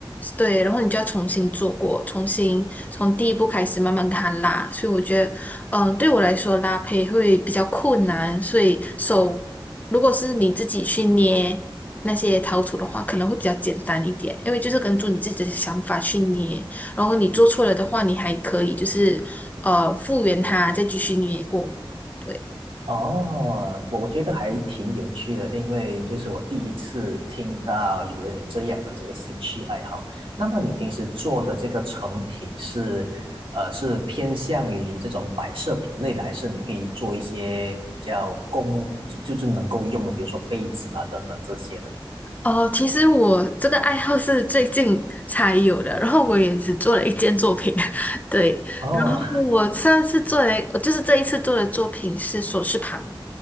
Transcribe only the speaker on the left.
对，然后你就要重新做过，重新从第一步开始慢慢给它拉。所以我觉得，嗯、对我来说拉胚会比较困难，所以手如果是你自己去捏那些陶土的话，可能会比较简单一点，因为就是根据你自己的想法去捏。然后你做错了的话，你还可以就是呃复原它，再继续捏过。对。
哦，其实我这个爱好是最近才有的，然后我也只做了一件作品，<laughs> 对，
然后我上次做的，就是这一次做的作品是首饰盘，